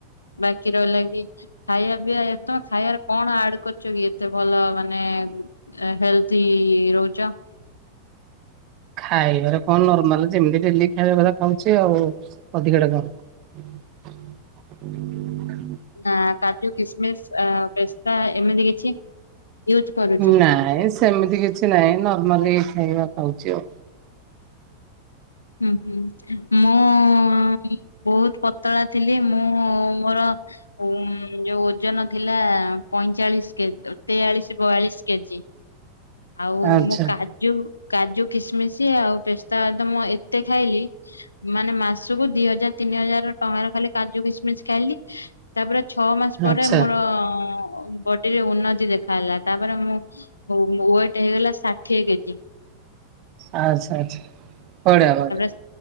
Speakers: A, on the left (about 75°); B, on the right (about 40°).
A: ବାକି ରହିଲ କିି ଖାଇବା ପିଇବା ଏ ତମେ ଖାଇବାରେ କଣ ଆଡ କରୁଛ କି ଏତେ ଭଲ ମାନେ ଏ ହେଲତି ରହୁଛ।
B: ଖାଇବାରେ କଣ ନର୍ମାଲ ଯେମିତି ଡେଲି ଖାଇବା କଥା ଖାଉଛି ଆଉ ଅଧିକାଟା କଣ। <inaudible>
A: ନା କାଜୁ କିସମିସ ପେସ୍ତା ଏମିତି କିଛି ୟୁଜ କରୁଚ।
B: ନାଇଁ ସେମିତି କିଛି ନାହିଁ ନର୍ମାଲି ଏଇ ଖାଇବା ଖାଉଛି ଆଉ।
A: ହୁଁ ହୁଁ ମୁଁ ବହୁତ ପତଳା ଥିଲି ମୁଁ ମୋର ଉମ ଯୋଉ ଓଜନ ଥିଲା ପଇଁଚାଳିଶ କେ ତେୟାଳିଶ ବୟାଳିଶ କେଜି। ଆଉ
B: ଆଚ୍ଛା
A: ମୁଁ କାଜୁ କାଜୁ, କିସମିସ ଆଉ ପେସ୍ତା ବାଦାମ ଏ ଏତେ ଖାଇଲି, ମାନେ ମାସକୁ ଦି ହଜାର ତିନି ହଜାର ଟଙ୍କାର ଖାଲି କାଜୁ କିସମିସ ଖାଇଲି। ତାପରେ ଛଅ ମାସ ପରେ
B: ଆଚ୍ଛା
A: ମୋର ବ ଡି ରେ ଉନ୍ନତି ଦେଖାଗଲା, ତାପରେ ମୁଁ ମୋ ୱେଟ ହେଇଗଲା ଷାଠିଏ କେଜି।
B: ଆଚ୍ଛା-ଆଚ୍ଛା ବଢିଆ-ବଢିଆ।
A: ତାପରେ